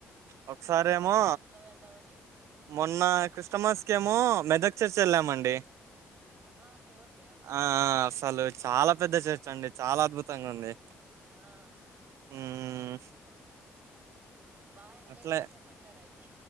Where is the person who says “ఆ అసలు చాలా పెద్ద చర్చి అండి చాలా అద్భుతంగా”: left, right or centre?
Right